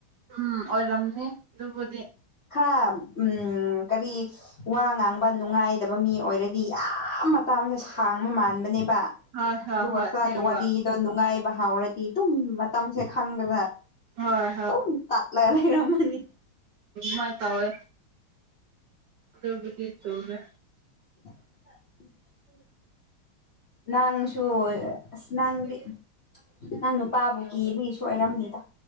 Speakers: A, on the right; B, on the left.
A: ꯎꯝ ꯑꯣꯏꯔꯝꯅꯤ ꯑꯗꯨꯕꯨꯗꯤ
B: ꯈꯔ ꯀꯔꯤ ꯋꯥ ꯉꯥꯡꯕ ꯅꯨꯡꯉꯥꯏꯗꯕ ꯃꯤ ꯑꯣꯏꯔꯗꯤ ꯌꯥꯝ ꯃꯇꯝ ꯁꯦ ꯁꯥꯡꯕ ꯃꯥꯟꯕꯅꯦꯕ
A: ꯍꯣꯏ ꯍꯣꯏ
B: ꯑꯗꯨꯒ
A: ꯍꯣꯏ
B: ꯈꯔ
A: ꯑꯁꯦꯡꯕ
B: ꯋꯥꯔꯤꯗꯣ ꯅꯨꯡꯉꯥꯏꯕ ꯍꯥꯎꯔꯗꯤ ꯑꯗꯨꯝ ꯃꯇꯝꯁꯦ ꯈꯪꯗꯅ
A: ꯍꯣꯏ
B: ꯑꯗꯨꯝ ꯇꯠꯂꯒ ꯂꯩꯔꯝꯃꯅꯤ
A: ꯃꯥꯏ ꯊꯋꯦ ꯇꯕꯨꯗꯤ ꯇꯧꯃꯦ
B: <unintelligible> ꯅꯪꯁꯨꯨ ꯅꯪꯗꯤ ꯅꯪ ꯅꯨꯄꯥꯕꯨ ꯀꯤꯕꯒꯤꯁꯨ ꯑꯣꯏꯔꯝꯅꯤꯗ